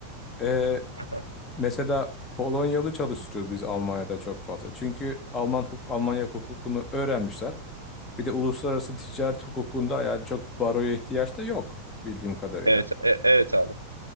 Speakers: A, on the left; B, on the right.
A: E,
B: Aha.
A: mesela Polonyalı çalıştırıyoruz biz Almanya'da çok fazla. Çünkü Alman huk Almanya hukukunu öğrenmişler. Bir de uluslararası ticaret hukukunda yani çok baroya ihtiyaç da yok bildiğim kadarıyla.
B: Evet, e- evet abi.